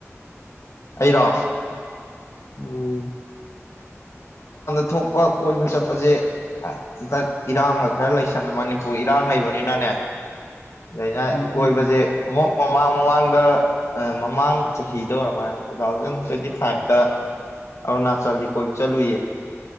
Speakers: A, on the left; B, on the left.
A: ꯑꯩꯔꯣ
B: ꯎꯝ
A: ꯄꯨꯊꯣꯛꯄ ꯀꯣꯏꯕ ꯆꯠꯄꯁꯦ ꯍꯟꯗꯛ ꯏꯔꯥꯡꯒ ꯈꯔ ꯂꯩꯁꯟ ꯃꯅꯤꯄꯨꯔ ꯏꯔꯥꯡ ꯂꯩꯕꯅꯤꯅꯅꯦ ꯑꯥꯅ
B: ꯎꯝ ꯎꯝ
A: ꯀꯣꯏꯕꯁꯦ
B: ꯎꯝ ꯎꯝ
A: ꯑꯃꯨꯛ ꯃꯃꯥꯡ ꯃꯃꯥꯡꯗ ꯃꯃꯥꯡ ꯆꯍꯤꯗ ꯑꯣꯏꯔꯃꯅ ꯇꯨ ꯊꯥꯎꯖꯟ ꯇ꯭ꯋꯦꯟꯇꯤ ꯐꯥꯏꯚꯇ
B: <inaudible>
A: ꯑꯔꯨꯅꯥꯆꯜꯗꯤ ꯀꯣꯏꯕ ꯆꯠꯂꯨꯌꯦ